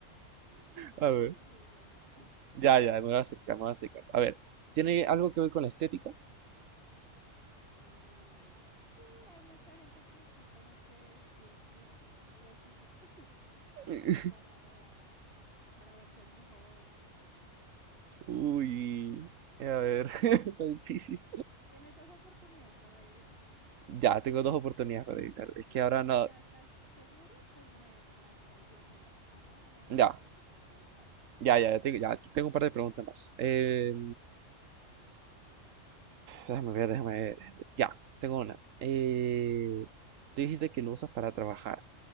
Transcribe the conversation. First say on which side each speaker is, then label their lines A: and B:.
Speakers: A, on the right; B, on the right.
A: No, es
B: A
A: algo
B: ver.
A: que tú usas ya.
B: Ya, ya, me voy a acercar, me voy a acercar. A ver, ¿tiene algo que ver con la estética?
A: Eh, sí, hay mucha gente que sí, como que los, las us- los usa <laughs>
B: <laughs>
A: como para, para verse mejor, no sé.
B: Uy, a ver, <laughs> está difícil.
A: Tienes dos oportunidades para adivinar.
B: Ya, tengo dos oportunidades para adivinar. Es que
A: Sí,
B: ahora
A: si
B: no.
A: ya estás seguro, pues me lanzas la palabra. Si no, mejor
B: Ya,
A: que me sigas preguntando.
B: ya, ya, ya tengo, ya, aquí tengo un par de preguntas más. Eh,
A: Listo.
B: déjame ver, déjame ver, déjame ver. Ya, tengo una. Eh, tú dijiste que lo usas para trabajar,